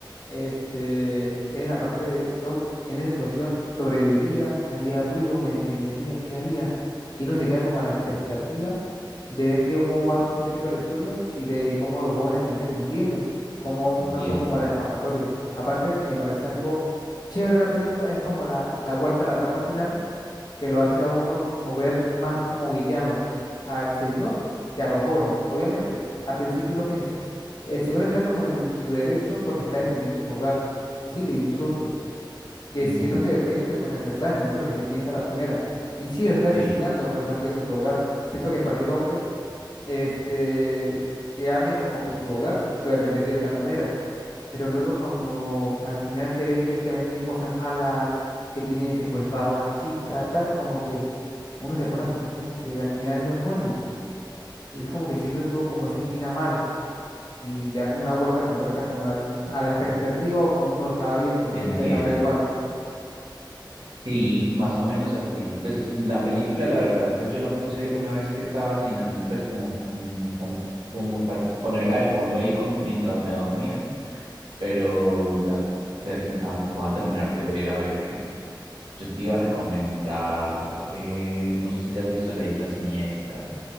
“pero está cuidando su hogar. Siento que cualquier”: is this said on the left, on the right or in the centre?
Left